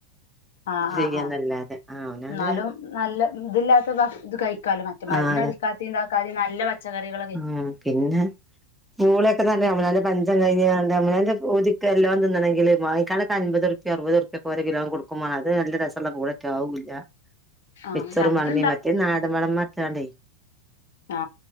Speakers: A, on the left; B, in the centre.
A: ആ്
B: ചെയ്യാന്നല്ലാതെ
A: ആഹ് ആഹ്
B: ആഹ് അവനാന്റെ
A: എന്നാലും നല്ല ഇതില്ലാത്ത ഇത് കഴിക്കാലൊ മറ്റെ മരുന്ന്
B: ആഹ്
A: അടിക്കാത്തി താക്കാത്തിം നല്ല പച്ചക്കറികളൊ
B: ആ പിന്നെ പൂളൊക്കെ തന്നെ അവനാന്റെ പഞ്ചം കഴിഞ്ഞ്കാണ്ട്--കഴിഞ്ഞ്കാണ്ട് അങ്ങനെന്റെ പൂതിക്കല്ലാം തിന്നണെങ്കില് വായ്ക്കൊരമ്പപത്റുപ്യ അറുപത്റുപ്യ പോരെങ്കിലത് കൊടുക്കുംവേണം അത് നല്ല രസളള കൂടൊക്ക ആകൂല്ല്യ
A: ആഹ്
B: മിചറ്
A: ഞമ്മള്
B: മറിഞ് മറ്റേത് നാടം വളം മാത്രല്ലേ
A: ആ